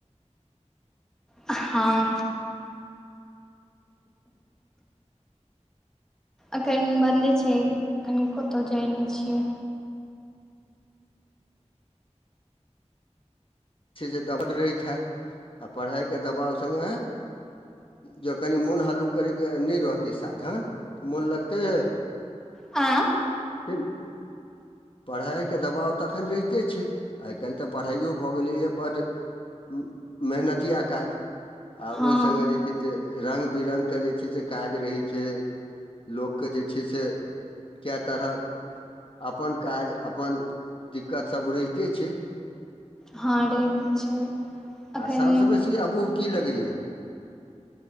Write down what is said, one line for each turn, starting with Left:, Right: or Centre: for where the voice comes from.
Centre: हँ एखन बन्दे छै एखन कतहु जाइ नहि छियै।
Left: जे दब रहैत हेत आ पढ़ाई के दबाव सङ्गे जँ कनि मोन हल्लुक करयके नहि रहतै साधन तऽ मोन लगते
Centre: आँ
Left: <inaudible> पढ़ाई के दबाव तऽ अखन रहिते छै आइ काल्हि तऽ पढ़ाइयो भऽ बोलिये बढ़ म मेहनती आ काज आऊ
Centre: हँ
Left: सगे जे - जे छै से र्ंग बिरङ्ंग के जे छै से काज रहै छै लोक के जे छै से कए तरहक अपन काज अपन दिक्कत सभ रहिते छै।
Centre: हाँ रहे छै अखन
Left: आ सभसँ बेसी अबूह की लगाइए